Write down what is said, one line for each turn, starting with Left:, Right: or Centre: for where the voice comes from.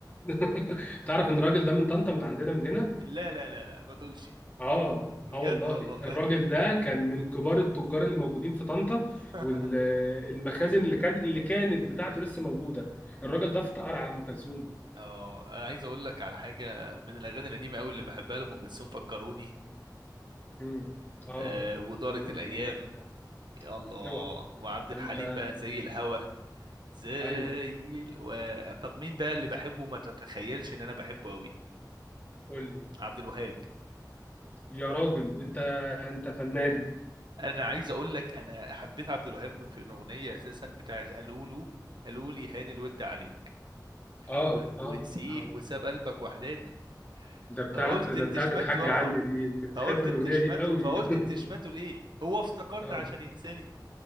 Left: <laughs> تعرف ان الراجل ده من طنطا من عندنا من هنا
Right: <laughs> لا لا لا لا ما تقولش
Left: اه
Right: بجد
Left: اه والله
Right: والله
Left: الراجل ده كان من كبار التجار اللي موجودين في طنطا
Right: <laughs>
Left: والمخازن اللي كان اللي كانت بتاعته لسه موجوده الراجل ده افتقر على ام كلثوم
Right: اه انا عايز اقول لك على حاجه من الاغاني القديمه قوي اللي بحبها لام كلثوم فكروني
Left: امم اه
Right: آه ودارت
Left: فاروق
Right: الايام
Left: يا سلام
Right: يا الله
Left: اوعى
Right: وعبد
Left: ده
Right: الحليم
Left: انت
Right: بقى زي الهوا زي
Left: ايوه
Right: ال... و... طب مين ده اللي بحبه ما تتخيلش ان انا بحبه قوي
Left: قول لي
Right: عبد الوهاب
Left: يا راجل انت انت فنان
Right: انا عايز اقول لك انا حبيت عبد الوهاب في الاغنيه اساسا بتاعت قالوا له قالوا لي هاني الود عليك
Left: اه
Right: و...
Left: اه
Right: ونسيك
Left: اه
Right: وساب قلبك وحداني
Left: ده بتاعت
Right: فقلت
Left: ده
Right: بتشمته
Left: بتاعت الحاجه
Right: اه
Left: عندي دي بتحب
Right: فقلت
Left: الاغنيه
Right: بتشمته
Left: دي قوي
Right: فقلت
Left: <laughs>
Right: بتشمته ليه هو افتكرني
Left: اه
Right: عشان ينساني